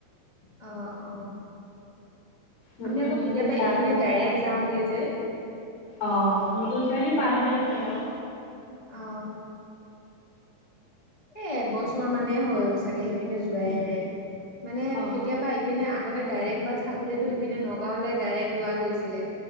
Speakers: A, on the left; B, on the left.
A: অ, অ'।
B: নতুন
A: আমি আকৌ
B: চাৰিআলি
A: কেতিয়াবা,
B: পাৰ
A: ইপিনে
B: হৈ আহি
A: ডাইৰেক্ট
B: পায় আৰু।
A: যাওঁগে যে,
B: অ', নতুন চাৰিআলি পাৰ হৈ আহি, পায় আৰু।
A: অ',। এ, এবছৰ মানে হ'ল চাগে, সেইপিনে যোৱাই নাই, মানে
B: অ',
A: কেতিয়াবা ইপিনে আগতে ডাইৰেক্ট বাছ থাকোঁতে, ইপিনে নগাঁওলৈ ডাইৰেক্ট যোৱা গৈছিলে,